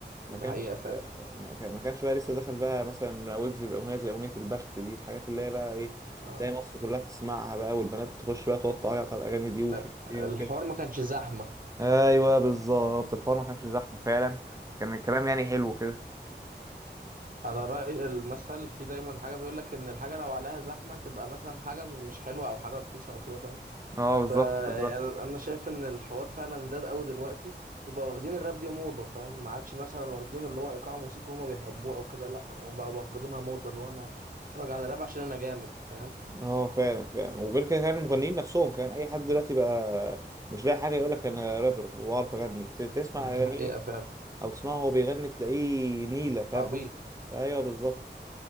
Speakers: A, on the right; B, on the right.
A: ما
B: ده
A: كانش
B: حقيقه فعلا
A: ما كان- ما كانش بقى لسه دخل بقى مثلا ويجز بأغنية زي أغنية البخت دي الحاجات اللي هي بقى إيه
B: آه.
A: تلاقي مصر كلها بتسمعها بقى والبنات تخش بقى تقعد تعيط على الأغاني دي ومش
B: آه،
A: عارف إيه
B: الحوار ما كانش زحمه
A: ايوه بالظبط الحوار ما كانش زحمه فعلا كان الكلام يعني حلو كده
B: على رأي المثل في دايما حاجة بيقول لك إن الحاجة لو عليها زحمة تبقى مثلا حاجة م- مش حلوة أو حاجة رخيصة أو كده فاهم
A: اه بالظبط
B: فأنا
A: بالظبط
B: أنا شايف إن الحوار فعلا زاد أوي دلوقتي وبقوا واخدين الراب دي موضة فاهم ما عادش مثلا واخدينه اللي هو إيقاع موسيقي هما بيحبوه أو كده لأ هما بقوا واخدينها موضة اللي هو أنا أتفرج على راب عشان أنا جامد فاهم
A: اه فعلا فعلا وغير كده كان المغنيين
B: <clears throat>
A: نفسهم كان اي حد دلوقتي بقى مش لاقي حاجه يقول لك انا رابر واعرف اغني ت- تسمع
B: دي
A: اغانيه
B: حقيقة فعلا
A: او تسمعه وهو بيغني تلاقيه نيله فاهم
B: عبيط
A: قصدي ايوه بالظبط